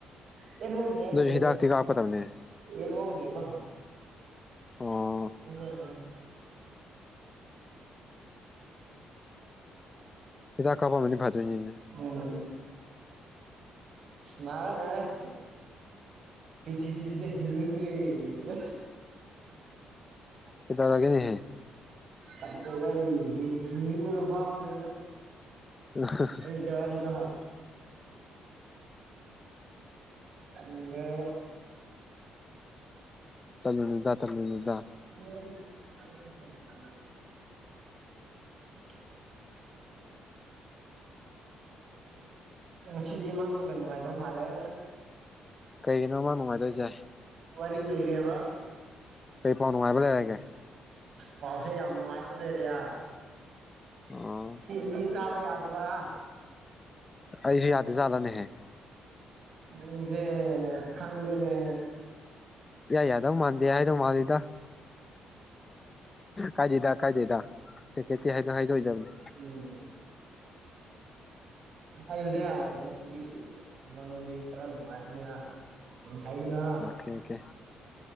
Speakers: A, on the right; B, on the left.
A: ꯌꯦ ꯍꯦ
B: ꯑꯗꯨꯏꯁꯨ
A: ꯍꯥꯏ
B: ꯍꯤꯗꯥꯛꯇꯤ ꯀꯥꯞꯀꯗꯕꯅꯦ
A: ꯌꯦꯟ ꯍꯦꯕ
B: ꯑꯣ
A: <inaudible>
B: ꯍꯤꯗ ꯀꯥꯄꯝꯕꯅꯤ ꯐꯥꯗꯣꯏꯅꯤ
A: ꯎꯝ ꯃꯥꯅꯥꯔꯦ ꯃꯥꯔꯦ ꯄ꯭ꯔꯤꯊꯤꯕꯤꯁꯤꯗ ꯍꯤꯡꯅꯤꯡꯗ꯭ꯔꯦ ꯑ
B: ꯀꯩ ꯇꯧꯔꯒꯦꯅꯦꯍꯦ
A: ꯗ ꯍꯃꯒꯕꯥꯎꯗ꯭ꯔꯦꯗ
B: ꯎ
A: ꯇꯔꯤꯗ ꯍꯥ ꯑꯗ
B: ꯇꯅꯗ ꯇꯅꯗ
A: <inaudible> <inaudible> ꯅꯨꯡ ꯁꯤꯗꯤ ꯃꯪꯒ ꯅꯨꯡꯉꯥꯏꯗꯣ ꯃꯥꯂꯦ
B: ꯀꯩꯒꯤꯅꯣ ꯃꯥꯥꯡ ꯅꯨꯡꯉꯥꯏꯗꯣꯏꯁꯦ
A: ꯋꯥꯔꯤ ꯂꯩꯔꯦꯕ
B: ꯀꯩ ꯄꯥꯎ ꯅꯨꯡꯉꯥꯏꯕ ꯂꯩꯔꯒꯦ
A: ꯄꯥꯎꯁꯦ ꯌꯥꯝ ꯅꯨꯡꯉꯥꯏꯕ ꯂꯩꯦꯔꯤꯌꯥ
B: ꯑꯣ
A: ꯃꯤ ꯇꯕ ꯌꯥꯗꯕ ꯍꯥ
B: ꯑꯩꯁꯨ ꯌꯥꯗ ꯆꯂꯅꯦꯍ
A: ꯅꯪꯁꯦ ꯈꯪꯗꯦꯅꯦ
B: ꯏꯌꯥ ꯌꯥꯗꯧ ꯃꯥꯟꯗꯦ ꯍꯥꯏꯗꯧ ꯃꯥꯜꯂꯤꯗ ꯀꯥꯏꯗꯦꯗ ꯀꯥꯏꯗꯣꯏꯗ ꯁꯦꯀꯦꯇꯔꯤ ꯍꯥꯏꯗꯣꯛ ꯍꯥꯏꯗꯣꯛꯏꯗꯕꯅꯤ
A: ꯎꯝ ꯑꯜꯗ ꯉꯁꯤꯗꯤ ꯅꯪꯗꯤ ꯀꯔ ꯅꯨꯡꯉꯥꯏꯅꯤ ꯁꯥꯏꯒꯤꯗ
B: ꯑꯣꯀꯦ ꯑꯣꯀꯦ